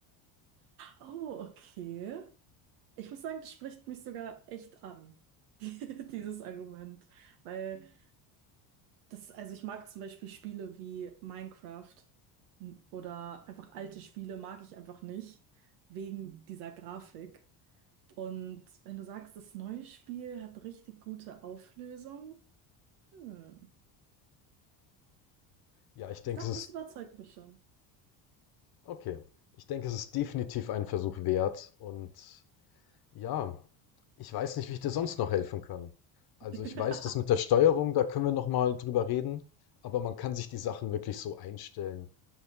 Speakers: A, on the right (about 80°); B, on the left (about 50°).
A: Oh, okay. Ich muss sagen, das spricht mich sogar echt an, <laughs> dieses Argument, weil Das, also ich mag zum Beispiel Spiele wie Minecraft oder einfach alte Spiele mag ich einfach nicht, wegen dieser Grafik. Und wenn du sagst, das neue Spiel hat richtig gute Auflösung, hm,
B: Ja, ich denke,
A: doch,
B: es ist
A: das überzeugt mich schon.
B: okay. Ich denke, es ist definitiv einen Versuch wert. Und ja, ich weiß nicht, wie ich dir sonst noch helfen kann. Also
A: <laughs>
B: ich weiß, dass mit der Steuerung, da können wir noch mal drüber reden. Aber man kann sich die Sachen wirklich so einstellen,